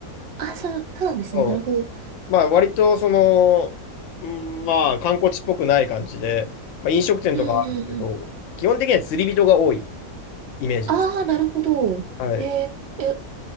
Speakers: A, on the right; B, on the left.
A: あ、そう、そうなんですね。
B: そ
A: なるほど。
B: う。まあ割とその、うんまあ観光地っぽくない感じで、まあ飲食店とかあるんですけど、
A: うんうんうん。
B: 基本的には釣り人が多いイメージです。
A: ああ、なるほど。
B: はい。
A: へえ、え、